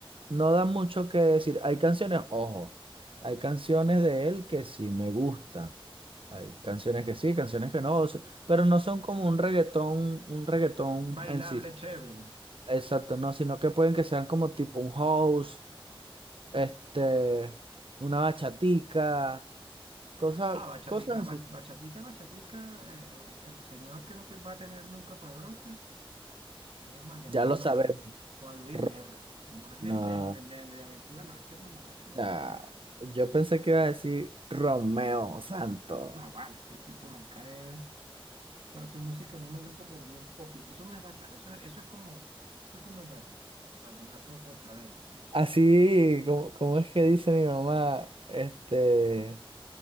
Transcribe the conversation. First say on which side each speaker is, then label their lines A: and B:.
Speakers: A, on the right; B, on the right.
A: no da mucho que decir. Hay canciones, ojo, hay canciones de él que sí me gustan. Hay canciones que sí, canciones que no, o sea, pero no son como un reggaetón, un reggaetón
B: bailable,
A: en sí.
B: chévere.
A: Exacto, no, sino que pueden que sean como tipo un house, este, una bachatica, cosas,
B: Ah, bachatica,
A: cosas así.
B: bach- bachatica, bachatica, eh, eh, el señor que no te va a tener nunca padrote es el mal llamado
A: Ya lo
B: Juan,
A: sabemos.
B: Juan Luis
A: Ro-
B: Guerra. No es
A: No,
B: el, del- el de, el de el de aventura, no, ese mamarracho no.
A: ah, yo pensé que iba a decir Romeo Santo.
B: No, vale, ese tipo me cae. O sea, su música no me gusta, pero ni un poquito. Eso no es bachata, eso es, eso es como, eso es como el vallenato, vallenato cortavena, ¿no?
A: Así, como, como es que dice mi mamá, este,